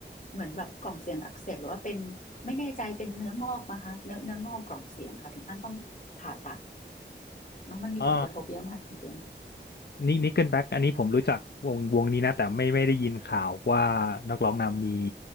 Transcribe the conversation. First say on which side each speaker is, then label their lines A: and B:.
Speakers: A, on the left (about 45°); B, on the left (about 60°).
A: เหมือนแบบกล่องเสียงอักเสบหรือว่าเป็นไม่แน่ใจเป็นเนื้องอกนะคะเนื้อเนื้องอกกล่องเสียงค่ะถึงขั้นต้องผ่าตัดเนาะมันมีผลกระทบเยอะมากจริง
B: อ๋อ นี่นี่เกิลแบ็กอันนี้ผมรู้จักวงวงนี้นะแต่ไม่ไม่ได้ยินข่าวว่านักร้องนำมี